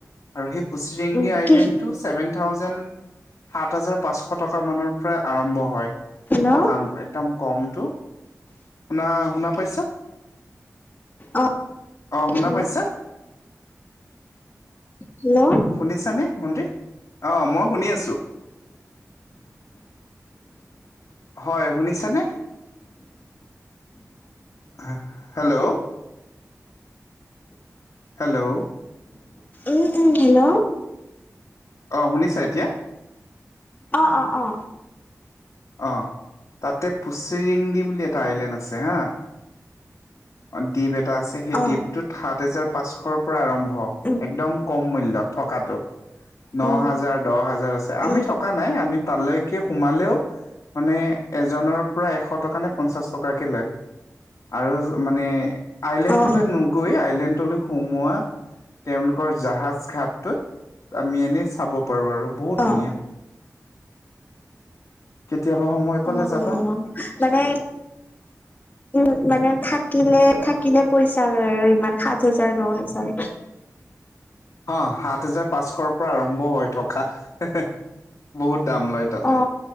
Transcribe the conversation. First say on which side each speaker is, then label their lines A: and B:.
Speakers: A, on the left; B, on the left.
A: আৰু সেই পুচিৰিংদি
B: উম,
A: আইলেণ্ডটো
B: কি
A: ছেভেন থাউজেণ্ড সাত হাজাৰ পাঁচশ টকা মানৰ পৰাই আৰম্ভ হয়
B: হেল্ল'
A: থকাম একদম কমটো শুনা শুনা পাইছা
B: অ',
A: অ শুনা
B: হেল্ল'
A: ছা
B: হেল্ল'
A: শুনি ছানে ভন্তি অ মই শুনি আছো হয় শুনিছানে হা হেল্ল হেল্ল
B: উ উম হেল্ল
A: অ শুনিছা এতিয়া
B: অ অ অ
A: অ তাতে পুচিৰিংদি বুলি এটা আইলেণ্ড আছে হা দ্বীপ এটা আছে সেই
B: অ',
A: দ্বীপটোত সাত হেজাৰ পাঁচশৰ পৰা আৰম্ভ
B: উম,
A: একদম কম মূল্যত থকটো ন
B: অ',
A: হাজাৰ দ হাজাৰ আছে আমি
B: উম,
A: থকা নাই আমি তালৈকে সোমালেও মানে এজনৰ পৰা এশ টকা নে পঞ্চাশ টকাকে লয় আৰু মানে আইলেণ্ডটোলৈ
B: অ',
A: নো গৈ আইলেণ্ডলৈ সোমোৱা তেওঁলোকৰ জাহাজ ঘাটটোত আমি এনেই চাব পাৰো আৰু বহুত
B: অ',
A: ধুনীয়া কেতিয়াবা সময় পালে
B: অ
A: যাবা
B: মানে
A: <inaudible>
B: উম মানে থাকিলে থাকিলে পইচা লয় আৰু ইমান সাত হাজাৰ ন হাজাৰ
A: অ সাত হেজাৰ পাঁচশৰ পৰা আৰম্ভ হৈ থকা হে হে বহুত দাম লয় তাতে
B: অ